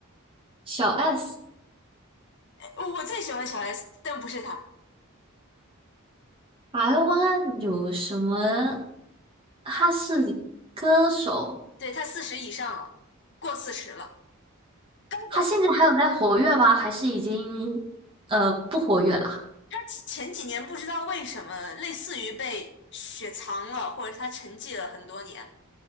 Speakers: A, on the right (about 25°); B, on the left (about 55°).
A: 小 S，
B: 呃我最喜欢小 S，但不是他，
A: 台湾有什么？他是歌手，
B: 对他四十以上了，过四十了，刚过四十。
A: 他现在还有在活跃吗？还是已经呃不活跃了？
B: 他前前几年不知道为什么，类似于被雪藏了，或者是他沉寂了很多年。